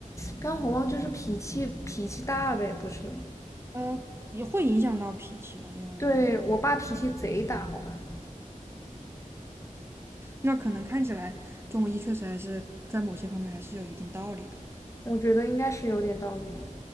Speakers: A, on the left; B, on the right.
A: 干红帽就是脾气脾气大呗，不是？
B: 呃，也会影响到脾气了，因为
A: 对，我爸脾气贼大，好吧？
B: 那可能看起来中医确实还是在某些方面还是有一定道理的。
A: 我觉得应该是有点道理的。